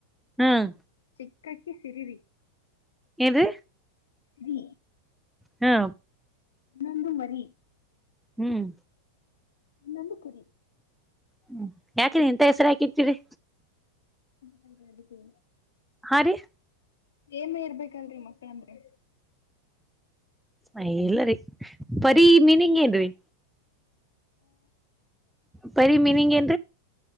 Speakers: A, in the centre; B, on the left.
A: ಹ್ಮ್
B: ಚಕ್ಕಾಕ್ಕಿ ಸಿರಿರಿ
A: ಎದು
B: ಜ
A: ಹ್ಮ
B: ಇನ್ನೊಂದು ವರಿ
A: ಹ್ಮ್
B: ಇನ್ನೊಂದು ಕುರಿ
A: ಹ್ಮ ಯಾಕ್ರಿ ಇಂತ ಹೆಸರು ಹಾಕಿತಿರಿ
B: ಅದ ಅದಕ್ಕೆೇ
A: ಹಾ ರೀ
B: ಏಮ ಇರ್ಬೇಕಲ್ರರಿ ಮಕ್ಳಂದ್ರಿ
A: ಅ ಇಲ್ಲರಿೀ ಪರಿ ಮೀನಿಂಗ್ ಏನ್ರಿ ಬರಿ ಮೀನಿಂಗ್